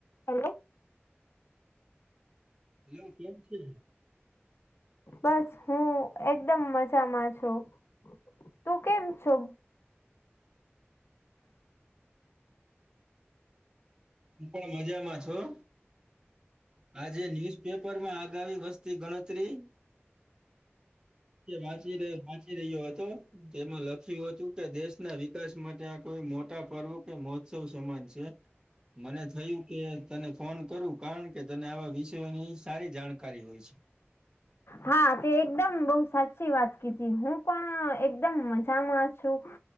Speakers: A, on the left; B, on the right.
A: હાલો.
B: Hello કેમ છે?
A: બસ હું એકદમ મજામાં છું તું કેમ છો?
B: હું પણ મજામાં છું. આજે ન્યુઝપેપરમાં આગામી વસ્તી ગણતરી વાંચીર વાંચી રહ્યો હતો તેમાં લખ્યું હતું કે દેશના વિકાસ માટે આ કોઈ મોટા પર્વ કે મહોત્સવ સમાન છે. મને થયું કે તને ફોન કરું કારણ કે તને આવા વિષયોની સારી જાણકારી હોય છે.
A: હા તે એકદમ બોવ સાચી વાત કીધી હું પણ એકદમ મજામાં છું